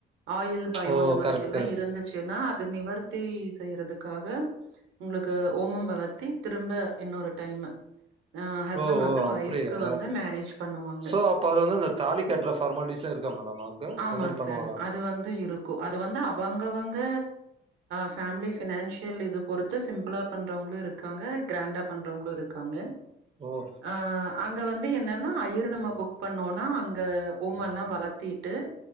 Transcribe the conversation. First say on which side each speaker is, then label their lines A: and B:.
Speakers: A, on the right; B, on the right.
A: ஆயுள் பயம்
B: ஓ
A: அந்த மாதிரில்லா
B: கரெக்ட் கரெக்ட்
A: இருந்து ச்சுனா அது நிவர்த்தி செய்யறதுக்காக உங்ளுக்கு ஓமம் வளர்த்தி திரும்ப இன்னொரு டைம்மு அ ஹஸ்பண்ட்
B: ஓ ஓ
A: வந்து
B: அப்டியா
A: ஒய்ஃப்க்கு வந்து மேரேஜ் பண்ணுவாங்க
B: சோ அப்ப அது வந்து அந்த தாலி கட்டுற ஃபார்மாலிட்டிஸ்லா இருக்கா மேடம் அங்க
A: ஆமா
B: இந்த மாரி பண்ணுவாங்களா
A: சார் அது வந்து இருக் கு அது வந்த அவங்க அவங்க ஃபேமிலி ஃபினான்ஷியல் இது பொறுத்து சிம்ப்ளா பண்றவங்களு இருக்காங்க கிராண்டா பண்றவங்களு இருக்காங்க
B: ஓ
A: ஆ அங்க வந்து என்னன்னா ஐயர் நம்ம புக் பண்ணோனா அங்க ஓமல்லா வளத்தீட்டு